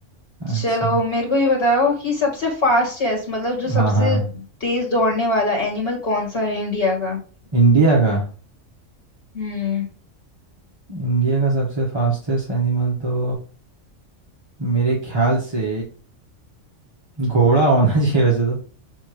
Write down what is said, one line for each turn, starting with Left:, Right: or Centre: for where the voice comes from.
Right: अच्छा
Left: चलो मेरे को ये बताओ कि सबसे फास्टेस्ट मतलब जो सबसे
Right: हाँ हाँ
Left: तेज दौड़ने वाला एनिमल कौन सा है इंडिया का
Right: इंडिया का
Left: हम्म
Right: इंडिया का सबसे फास्टेस्ट एनिमल तो मेरे ख्याल से घोड़ा होना <laughs> चाहिए वैसे तो